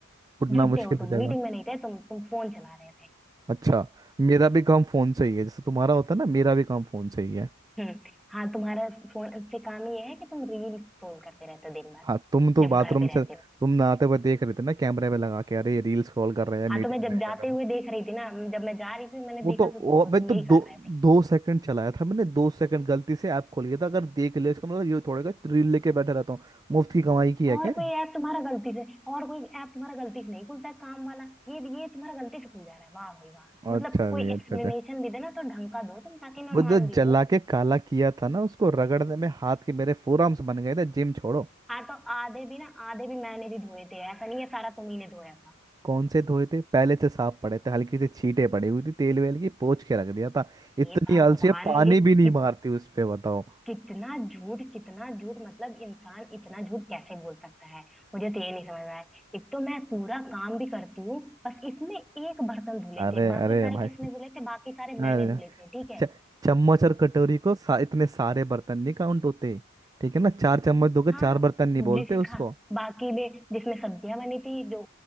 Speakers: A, on the right; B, in the centre.
A: उठना
B: झूठे
A: मुश्किल
B: हो
A: हो
B: तुम
A: जाएगा
B: मीटिंग में नहीं थे तुम तुम फोन चला रहे थे
A: अच्छा मेरा भी काम फोन से ही है जैसे तुम्हारा होता है ना मेरा भी काम फोन से ही है
B: हम्म हाँ तुम्हारा फोन से काम ये है कि तुम रील स्क्रॉल करते रहते हो दिन भर
A: हाँ तुम तो
B: जब
A: बाथरूम
B: घर पे
A: से
B: रहते
A: तुम
B: हो
A: नहाते हुए देख रहे थे ना कैमरे में लगा के अरे रील स्क्रॉल कर रहे हैं मीटिंग
B: हाँ तो मैं जब
A: में
B: जाते
A: क्या कर रहे
B: हुए
A: हैं।
B: देख रही थी ना जब मैं जा रही थी मैंने
A: वो तो
B: देखा तो
A: वो,
B: तुमको
A: मैं
B: तुम
A: तो
B: यही
A: दो
B: कर रहे थे
A: दो सेकंड चलाया था मैंने दो सेकंड गलती से ऐप खोल लिया था अगर देख लिया इसका मतलब ये थोड़ा रील लेके बैठे रहता हूँ मुफ्त की कमाई की है
B: और
A: क्या
B: कोई ऐप तुम्हारा गलती से और कोई ऐप तुम्हारा गलती से नहीं खुलता है, काम वाला ये ये तुम्हारा गलती से खुल जा रहा है वाह भाई वाह
A: अच्छा
B: मतलब कोई
A: जी अच्छा
B: एक्सप्लेनेशन
A: अच्छा
B: भी देना तो ढंग का दो तुम ताकि मैं
A: वो
B: मान
A: जो
B: भी
A: जला
B: लूं
A: के काला किया था ना उसको रगड़ने में हाथ के मेरे फोरआर्म्स बन गए थे जिम छोड़ो
B: हाँ तो आधे भी ना आधे भी मैंने भी धोए थे ऐसा नहीं है सारा तुम्ही ने धोया था
A: कौन से धोए थे पहले से साफ पड़े थे हल्की से छींटे पड़ी हुई थी तेल वेल की पोंछ के रख दिया था
B: हे
A: इतनी
B: भगवान
A: आलसी है पानी
B: ये
A: भी नहीं मारती उस पे बताओ
B: कितना झूठ कितना झूठ मतलब इंसान इतना झूठ कैसे बोल सकता है मुझे तो ये नहीं समझ रहा है एक तो मैं पूरा काम भी करती हूँ बस इसमें एक बर्तन धुले
A: अरे
B: थे बाकी
A: अरे
B: सारे
A: भाई
B: किसने धुले थे बाकी सारे
A: अरे
B: मैंने धुले थे ठीक है
A: च- चम्मच और कटोरी को सा, इतने सारे बर्तन नहीं काउंट होते ठीक है ना चार चम्मच धोके चार
B: हाँ
A: बर्तन नहीं
B: जिसका
A: बोलते उसको
B: बाकी में जिसमें सब्जियां बनी थी जो